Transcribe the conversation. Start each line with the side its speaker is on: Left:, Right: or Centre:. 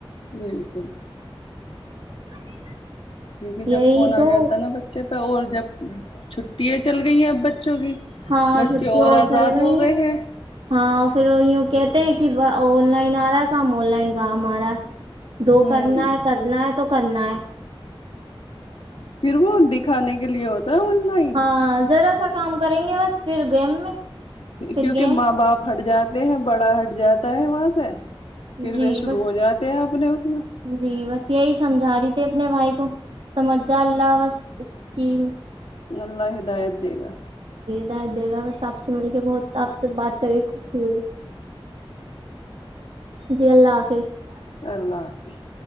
Left: بالکل
Right: <unintelligible>
Left: کیونکہ جب
Right: یہی
Left: فون
Right: تو
Left: آ جاتا ہے نا بچے پہ اور جب ہوں <inaudible> چھٹیاں چل گئی ہیں اب بچوں کی
Right: ہاں
Left: بچے
Right: چھٹی
Left: اور آزاد
Right: چل گئی
Left: ہو گئے
Right: ہے
Left: ہیں
Right: ہاں پھر وہ یوں کہتے ہیں کہ on line uh com on line کا ہمارا دو
Left: ہ
Right: کرنا ہے کرنا ہے تو کرنا ہے
Left: پھر وہ دکھانے کے لیے ہوتا ہے آن لائن
Right: ہاں جر ایسا کام کریں گے بس پھر گیم میں پھر
Left: کیونکہ
Right: گیم
Left: ماں باپ ہٹ جاتے ہیں بڑا ہٹ جاتا ت وہااز ہے پھر
Right: جی
Left: و شرو
Right: بس
Left: ہو جاات آ ب <inaudible>
Right: جی بس یہی سمجھا رہی تھی اپنے بھائی کو کو سمجھ ج اللہ بس اس کی
Left: اللہ ہدایت دے گا
Right: دا <unintelligible> آپ سے مل کے بہت آپ سے بات کری خوشی ہوئی جی اللہ حافظ
Left: اللہ حافظ